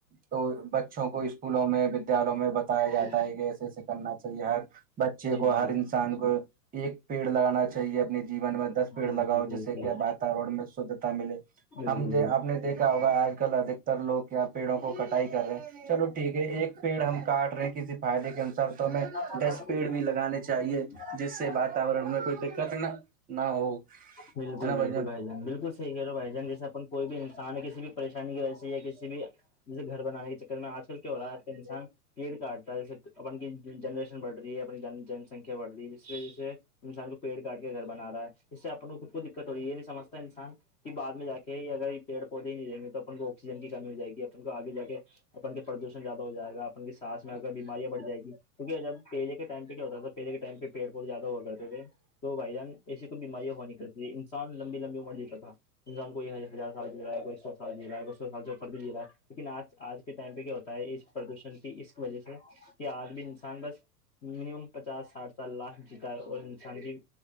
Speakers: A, on the right; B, on the left.
A: تو بچوں کو اسکولوں میں میں بتایا جاتا
B: جی
A: ہے کہ ایسے ایسے کرنا چاہیے ہر بچے
B: جی
A: کو
B: جی
A: ہر کسان کو ایک پیڑ لگانا چاہیے اپنے جین میں دس پیڑ
B: بالکل
A: لگاؤ
B: بالکل
A: جیسے کہ بات میں شدھتا ملے
B: بالکل
A: ہم آپ نے دیکھا ہوگا آج کل ادھکتر لوگ کیا پیڑوں کو کٹائی کر رہے ہیں چلو ٹھیک ہے ایک پیڑ ہم کاٹ رہے کسی فائدے کے انسار تو ہمیں
B: بالکل
A: ڈس پیڈ بھی لگانے چاہیے جس سے
B: ہ
A: بات وورن میں کوئی دقت نا نہ ہو ہے
B: بالکل
A: نا بھائی
B: بالکل
A: جان
B: بالکل صحیح ہے رہو بھائی جان جیسےن کوئی بھی انسان کسی بھی پریشانی کی وجہ سے یا کسی بھی جیسے گھر بنے کے چکر میں آج کل کیا ہو رہا آ ہے انسان پیڑ کاٹتا ہے جیسے اپن کی جنریشن بڑھ رہی ہے اپنی جن سنکھیا بڑھ رہی ہے جس وجہ سے انسان کو پیڑ کاٹ کے گھر بنا رہا ہے اس سے اپنے کو خود کو دقت ہو رہی یہ نہیں سمجتا انسان کہ بعد میں جا کے ہی اگر پیڑ پودے ہی نہیں جائیں گے تو اپن کو آکسیجن کی کمی ہو جائے گی اپن کو آگے جا کے اپن کے پردوشن زیادہ ہو جائے گا اپن کی سانس میں اگر بیماریاں بھ جائ گی کیونکہ جب پہجے کے ٹائم پہ کیا ہوتا ہے تو پہل کے ٹائ پڑ بہت زیادہ ہو کرتے تھے تو بھائی جان ایسی کوئی بیماریا ہوا نہیں کرتی تھ انسان لمبی لمبی عمر جیتا تھا انسان کوئی ہزار سال جی رہا ہے کوئی سو سال جی رہا ہے کوئی سو سال سے اوپر بھی جیا ہے لیکن آج آج ٹائم پہ کیا ہوتا ہے اس پردوشن کی اس وجہ سے کہ آج بھی انسان بس منیمم پچاس ساٹھ سات لاکھ جیتا ہے اور انسان کی